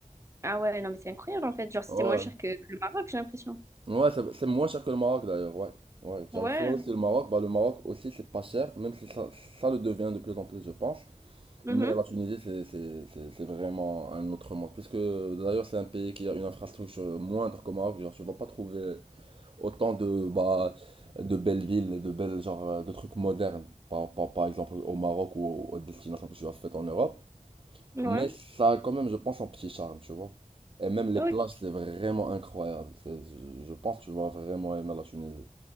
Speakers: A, on the right (about 20°); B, on the right (about 45°).
A: Ah ouais, non, mais c'est incroyable, en fait. Genre, c'est
B: Ouais,
A: moins cher que le Maroc, j'ai l'impression.
B: ouais, c'est c'est moins cher que le Maroc d'ailleurs, ouais. Ouais, j'avais
A: Ouais.
B: fait aussi le Maroc. Bah, le Maroc aussi, c'est pas cher, même si ça, ça le devient de plus en plus, je pense.
A: Mhm.
B: Mais la Tunisie, c'est c'est- c'est- c'est vraiment un autre monde. Puisque d'ailleurs, c'est un pays qui a une infrastructure moindre qu'au Maroc. Genre, tu vas pas trouver autant de, bah, de belles villes, et de belles, genre, euh, de trucs modernes. Par, par, par exemple, au Maroc ou aux aux destinations que tu as faites en Europe.
A: Ouais.
B: Mais ça a quand même, je pense, un petit charme, tu vois. Et même les
A: Ok.
B: plages, c'est vraiment incroyable. C'est- Je je pense que tu vas vraiment aimer la Tunisie.